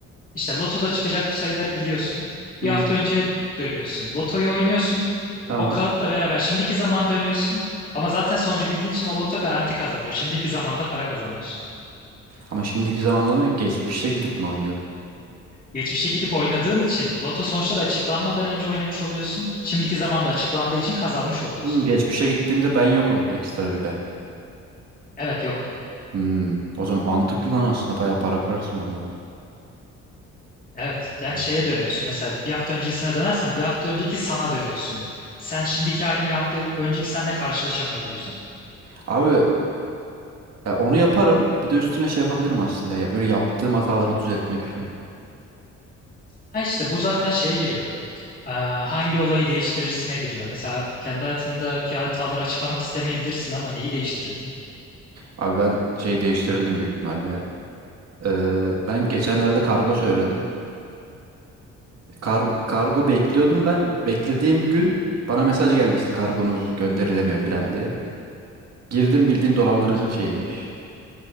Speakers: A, on the left; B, on the right.
A: işte lotoda çıkacak bu sayıları biliyorsun. Bir
B: Hı hı.
A: hafta önceye dönüyorsun. Lotoyu oynuyorsun.
B: Tamam.
A: O kağıtla beraber şimdiki zaman dönüyorsun. Ama zaten sonucu bildiğin için o loto garanti kazanıyor. Şimdiki zamanda para kazanıyorsun.
B: Ama şimdiki zamanda olmuyor. ki. Geçmişe gidip mi oynuyorum?
A: Geçmişe gidip oynadığın için loto sonuçları açıklanmadan önce oynamış oluyorsun. Şimdiki zamanda açıklandığı için kazanmış oluyorsun.
B: Hmm, geçmişe gittiğimde ben yokum. Ekstra bir ben.
A: Evet yok.
B: Hmm, o zaman mantıklı lan aslında. Bayağı para kırarsın oradan.
A: Evet. Yani
B: Hmm.
A: şeye dönüyorsun. Mesela bir hafta öncesine dönersen bir hafta önceki sana dönüyorsun. Sen şimdiki halin bir hafta önceki seninle karşılaşamıyor bu yüzden.
B: Abi e, onu yaparım. Bir de üstüne şey yapabilirim aslında ya. Böyle yaptığım hataları düzeltmek falan.
A: Ha işte bu zaten şeye giriyor. Ee, hangi olayı değiştirirsine giriyor. Mesela kendi hayatındaki hataları açıklamak istemeyebilirsin ama neyi değiştirirdin?
B: Abi ben şeyi değiştirirdim büyük ihtimalle ya. Ee, ben geçenlerde kargo söyledim. Kar- kargo bekliyordum ben. Beklediğim gün bana mesaj geldi işte kargonuz gönderilemiyor falan diye. Girdim bildiğin dolandırıcı şeymiş.